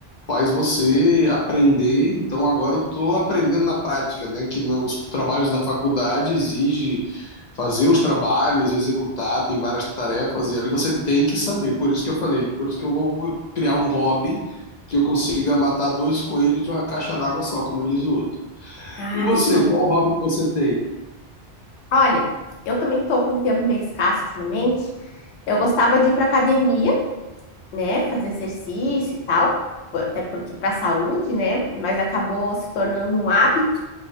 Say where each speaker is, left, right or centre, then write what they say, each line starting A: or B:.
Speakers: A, on the left; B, on the left.
A: faz você aprender. Então agora eu estou aprendendo na prática, né? Que no- os trabalhos da faculdade exige fazer os trabalhos, executar, tem várias tarefas e ali você tem que saber. Por isso que eu falei, por isso que eu vou criar um hobby que eu consiga matar dois coelhos de uma caixa d'água só, como diz o outro.
B: Ah,
A: E você,
B: sim.
A: qual hobby que você tem?
B: Olha, eu também tô com o tempo meio escasso ultimamente. Eu gostava de ir para academia, né, fazer exercício e tal, po- até porque para a saúde, né, mas acabou se tornando um hábito.